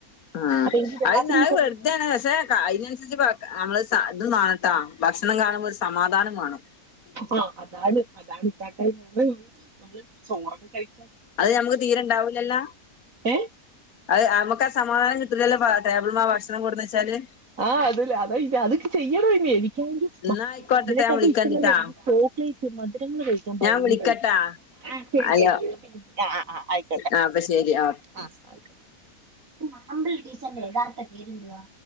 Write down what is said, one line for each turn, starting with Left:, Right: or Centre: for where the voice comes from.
Left: ആ..
Right: അപ്പൊ എനിക്ക്
Left: അത്
Right: രാത്രി
Left: ന്ന അ
Right: സമയത്ത്
Left: വെറുതാണ്പഷേ അയ്നനുസരിച്ച് പ ഞമ്മള് ശത് മാണട്ടോ ഭക്ഷണം കാണുമ്പള് സമാധാനംവേണം
Right: അ അതാണ് അതാണ്ല്ലാണ്ടായിപോയൊ നമ്മള് ചോറൊക്കെ കഴി
Left: അത് ഞമ്മക്ക് തീരണ്ടാവ് ലല്ലാ...
Right: ഏ
Left: അത് അ അമക്കാ സമാധാനം കിട്ടൂലല്ലോപാ ടേബിൾമാ ഭക്ഷണം കൊട്ന്നെചാല്
Right: ആ.. അത്. അത് അത്ക്ക് ചെയ്യനോം ഇനി മ്..
Left: എന്നാ
Right: മ
Left: ആയിക്കോട്ടെട്ടാ
Right: ഇതിനെക്കാട്ടീം
Left: ഞാൻ വിളിക്കണ്ട്ട്ടാ
Right: ഇഷ്ടം ചോക്ലേറ്റ് മധുരങ്ങള് കഴിക്കാൻ ഭയങ്കര
Left: ഞാൻ വിളിക്കട്ടാ
Right: ഇഷ്ടാ ആ ശരിയ...
Left: ഹലോ
Right: അ അ അയിക്കോട്ടെ
Left: ആഹ് അപ്പൊ ശരി ഓക്കെ
Right: അ ആ.. അമ്പിളി ടീച്ചറിന്റെ യഥാർത്ഥ പേരെന്തുവാ?